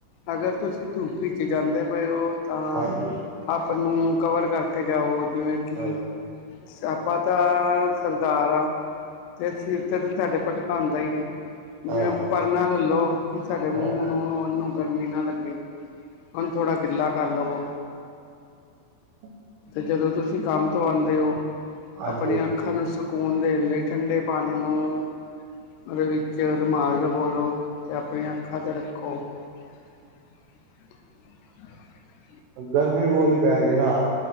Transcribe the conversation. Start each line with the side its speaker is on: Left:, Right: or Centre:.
Left: ਅਗਰ ਤੁਸੀਂ ਧੂੱਪ ਵਿੱਚ ਜਾਂਦੇ ਪਏ ਹੋ। ਤਾਂ
Right: ਹਾਂਜੀ
Left: ਆਪ ਨੂੰ ਕਵਰ ਕਰਕੇ ਜਾਓ ਜਿਵੇਂ ਕਿ,
Right: ਹਾਂ
Left: ਆਪਾਂ ਤਾਂ ਸਰਦਾਰ ਆ ਤੇ ਸਿਰ ਤੇ ਤੇ ਸਾਡੇ ਭਟਕਾ ਹੁੰਦਾ ਹੀ ਆ
Right: ਹਾਂ
Left: ਜਿਵੇਂ ਪਰ ਨਾ ਲੈ ਲਉ ਕਿ ਸਾਡੇ
Right: ਹਾਂ
Left: ਮੂੰਹ ਨੂੰ ਉਹਨੂੰ ਗਰਮੀ ਨਾ ਲੱਗੇ ਹੁਣ, ਥੋੜਾ ਗਿੱਲਾ ਕਰ ਲੋ,
Right: ਹੂੰ,
Left: ਜਦੋਂ ਤੁਸੀਂ ਕੰਮ ਤੋਂ ਆਦੇ ਹੋ
Right: ਹਾਂਜੀ
Left: ਆਪਣੀਆਂ ਅੱਖਾਂ ਨੂੰ ਸਕੂਨ ਦੇਣ ਲਈ ਠੰਡੇ ਪਾਣੀ ਨੂੰ ਉਹਦੇ ਵਿੱਚ ਚਿਰ ਰ ਮਾਲ ਦੇ ਬੋਲੋ ਅਤੇ ਆਪਣੀਆਂ ਅੱਖਾਂ 'ਤੇ ਰੱਖੋ। <unintelligible>
Right: ਗਰਮੀ ਬਹੁਤ ਹੀ ਪੈ ਰਹੀ ਨਾ